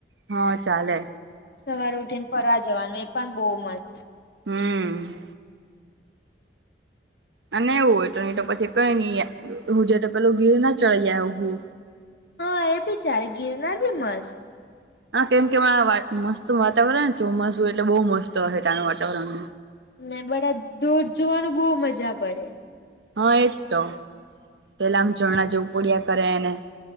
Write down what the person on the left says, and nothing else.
સવારે ઉઠી ને ફરવા જવાનું એ પણ બહુ મસ્ત.
હા એ બી ચારે ગિરનાર બી મસ્ત
ને બધા દૂર જોવાનું બહુ મજા પડે